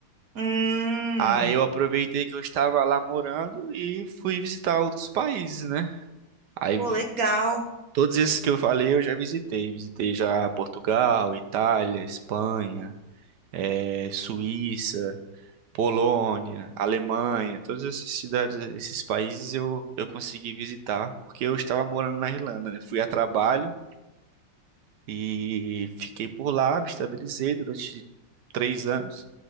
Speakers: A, on the right (about 50°); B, on the right (about 65°).
A: Hum,
B: Aí eu aproveitei que eu estava lá morando e fui visitar outros países, né? Aí
A: pô, legal.
B: Todos esses que eu falei eu já visitei. Visitei já Portugal, Itália, Espanha, eh, Suíça, Polônia, Alemanha. Todas essas cidades, esses países eu, eu consegui visitar porque eu estava morando na Irlanda, né? Fui a trabalho e fiquei por lá, me estabilizei durante três anos.